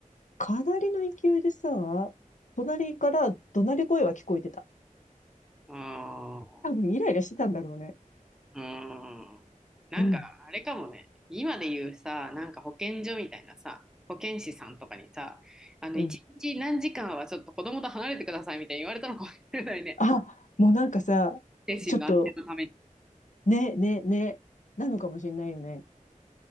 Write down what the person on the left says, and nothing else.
かなりの勢いでさ、隣から怒鳴り声は聞こえてた。
多分イライラしてたんだろうね。
うん、
うん。
あ、もうなんかさ、
ちょっと、ね、ね、ね、なのかもしれないよね。